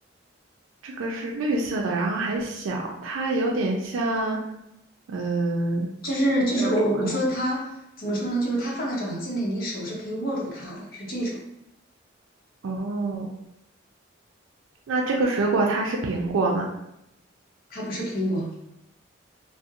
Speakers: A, on the right; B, on the left.
A: 这个是绿色的，然后还小，它有点像，嗯，
B: 就是就是我我我说它怎么说呢？
A: 一个什么来？
B: 就是它放在掌心里，你手是可以握住它的，是这种。
A: 哦，那这个水果它是苹果吗？
B: 它不是苹果。